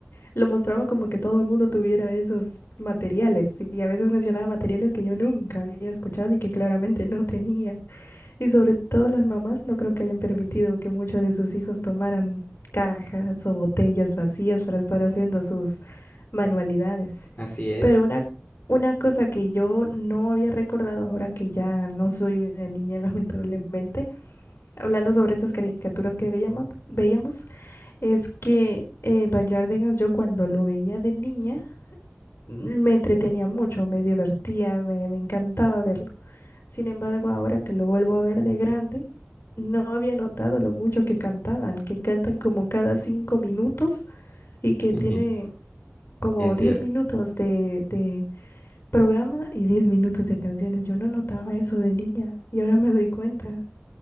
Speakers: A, on the left; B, on the left.
A: lo mostraban como que todo el mundo tuviera esos materiales. Y a veces mencionaba materiales que yo nunca había escuchado y que claramente no tenía. Y sobre todo las mamás no creo que hayan permitido que muchos de sus hijos tomaran cajas o botellas vacías para estar haciendo sus manualidades.
B: Así es,
A: Pero una, una cosa que yo no había recordado ahora que ya no soy una niña, <laughs> lamentablemente, hablando sobre esas caricaturas que veíamos, veíamos, es que eh, Bayárdegas, yo cuando lo veía de niña, me entretenía mucho, me divertía, me, me encantaba verlo. Sin embargo, ahora que lo vuelvo a ver de grande, no había notado lo mucho que cantaban, que cantan como cada cinco minutos y que
B: <laughs>
A: tiene como
B: es
A: diez
B: cierto.
A: minutos de, de programa y diez minutos de canciones. Yo no notaba eso de niña y ahora me doy cuenta.